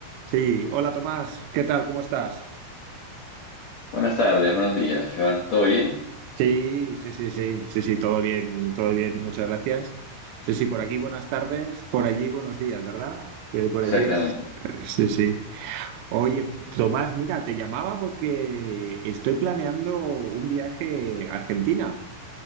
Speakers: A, on the right; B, on the left.
A: Sí, hola Tomás, ¿qué tal? ¿Cómo estás?
B: Buenas tardes, buenos días, Joan. ¿Todo bien?
A: Sí, sí, sí, sí, sí, sí, todo bien, todo bien, muchas gracias. Sí, sí, por aquí buenas tardes, por allí buenos días, ¿verdad? Eh, por
B: Exactamente.
A: allí es. Sí, sí. Oye, Tomás, mira, te llamaba porque estoy planeando un viaje a Argentina